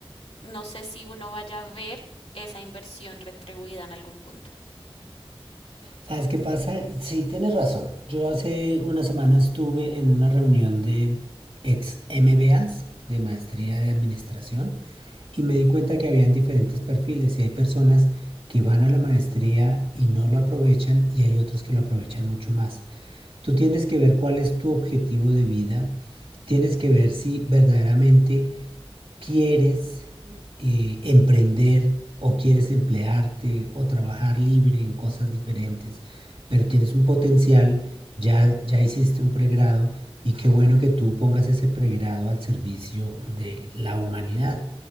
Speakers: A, on the left; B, on the right.
A: no sé si uno vaya a ver esa inversión retribuida en algún punto.
B: ¿Sabes qué pasa? Sí, tienes razón. Yo hace una semana estuve en una reunión de ex M B As de maestría de administración, y me di cuenta que habían diferentes perfiles y hay personas que van a la maestría y no lo aprovechan y hay otros que lo aprovechan mucho más. Tú tienes que ver cuál es tu objetivo de vida, tienes que ver si verdaderamente quieres eh, emprender o quieres emplearte o trabajar libre en cosas diferentes, pero tienes un potencial, ya, ya hiciste un pregrado y qué bueno que tú pongas ese pregrado al servicio de la humanidad,